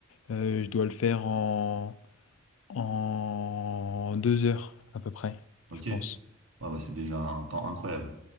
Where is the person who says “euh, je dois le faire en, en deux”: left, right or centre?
Left